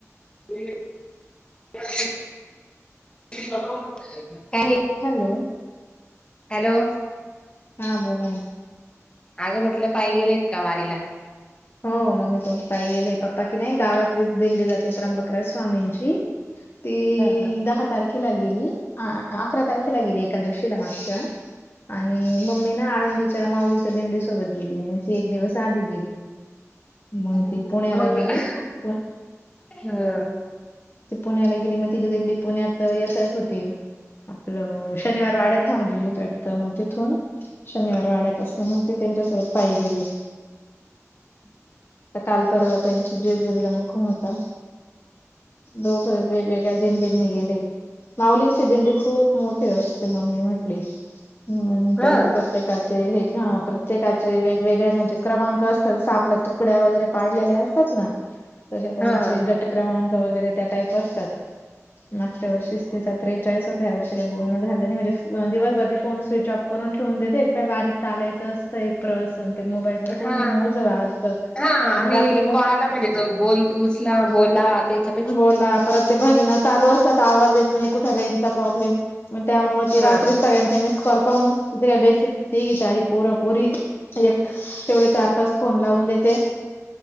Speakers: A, on the left; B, on the left.
A: <unintelligible> <unintelligible> काही
B: हॅलो.
A: हॅलो.
B: हा बोला ना.
A: अगं म्हटलं पाय गेलेत का वारीला?
B: हो मम्मी पप्पा पायी गेले पप्पा की नाय गावातलीच दिंडी जाते चित्रंबक स्वामींची.
A: <inaudible>
B: ती
A: हा
B: दहा तारखेला गेली अकरा तारखेला गेली एकादशीला मागच्या. आणि मम्मी ना आळंदीच्या मावलीच्या दिंडीसोबत गेली मग ती एक दिवस आधी गेली. मग
A: <unintelligible>
B: ती पुण्याला गेली. पु
A: हा.
B: ती पुण्याला गेली मग ती दिंडी पुण्यात येत यत होती. आपलं शनिवार वाड्यात थांबलेली होती वाटत मग तिथून शनिवार वाड्यापासन मग ते त्यांच्यासोबत पायी गेले.
A: <inaudible>
B: आता काल परर्वा त्यांची जेजुरीला मुक्काम होता. दोघ वेगवेगळ्या दिंडींनी गेले. माउलींची दिंडी खूप मोठे असते मम्मी म्हटली हम्
A: हा
B: त्यांचे प्रत्येकाचे हे प्रत्येकाचे वेगवेगळे म्हणजे क्रमांक असतात जस आपल तुकड्या वगैरे पाडलेल्या असतात ना.
A: <inaudible>
B: तसे त्यांचे
A: हा
B: गट क्रमांक वगैरे त्या टाईप असतात मागच्या वर्षीच ते जात्रे च्या वेळीस होते या वर्ष काय बोलण झालं नाय. म्हणजे दिवसभर ते फोन स्विच ऑफ करून ठेवून देते एक काय वारी चालायचं असतं प्रवासन ते मोबाईलच्या कोण
A: हा
B: ओझ वाळगत
A: हा आणि
B: रात्री मग
A: कोणाला म्हणजे बोल उचला बोला त्याच्या
B: बोला परत ते भजन चालू असतात आवाज येत नाय कुठे रेनचा प्रॉब्लेम म त्यामुळे ती
A: हा
B: रात्री सगळ्यांचे मिस कॉल पाहून तिथे का बेसिक ती सारी पोर पोरी एक तेवढे चार पाच फोन लावून देते.